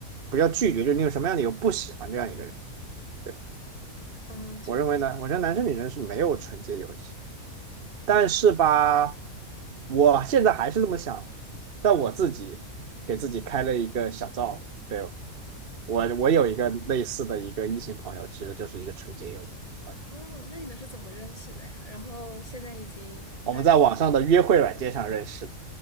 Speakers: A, on the right; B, on the left.
A: 不要拒绝，就是你有什么样的理由不喜欢这样一个人。对。吧？
B: 嗯，确实。
A: 我认为呢，我觉得男生女生是没有纯洁友谊的但是吧，我现在还是这么想，但我自己给自己开了一个小灶，对，我我有一个类似的一个异性朋友，其实就是一个纯洁友谊朋友
B: 哦，那你们是怎么认识的呀？然后现在已经大概
A: 我们在网上的约会软件上认识的，